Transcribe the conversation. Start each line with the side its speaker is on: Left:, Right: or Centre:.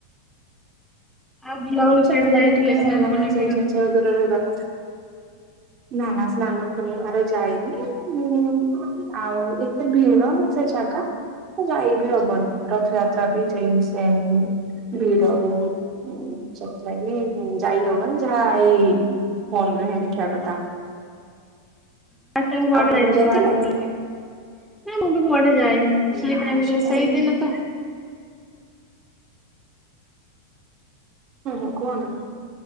Centre: ଆଉ ବୁଲାବୁଲି
Right: ସେଥିଲାଗି
Centre: କୁଆଡେ ଯାଇଥିଲେ
Right: ଟିକେ
Centre: ସ୍ନାନ
Right: ମାନେ
Centre: ପୂର୍ଣ୍ଣମୀ
Right: ସେଇ
Centre: ର?
Right: ଜିନିଷ ରେ ଦୂର ରହିବା କଥା। ନା ନା ସ୍ନାନ ପୂର୍ଣ୍ଣିମ ର ଯାଇନି। ଆଉ ଏତେ ଭିଡ଼ ନା ସେ ଜାଗା। ଯାଇ ବିି ହବନି। ରଥଯାତ୍ରା ବି ଯାଇ ସେମ ଭିଡ ବହୁତ। ସେଥିଲାଗି ଯାଇହବନି ଯାହା ଏଇ ଫୋନରେ ହିଁ ଦେଖିବା କଥା।
Centre: <unintelligible> ମୁଁ କୁଆଡେ
Right: ଆପଣ
Centre: ଯାଇନଥିଲି
Right: କେବେ ଯାଇଥିଲେ?
Centre: ବାହାରକୁ ବଲିବା ପାଇଁ ନାଁ ମୁଁ ବି କୁଆଡେ ଯାଇନି। ସେଇ
Right: ଲାଷ୍ଟ
Centre: ଟାଇମ ରେ
Right: ଟାଇମ୍
Centre: ସେଇଦିନ ତ
Right: ହୁଁ ହୁଁ କୁହନ୍ତୁ।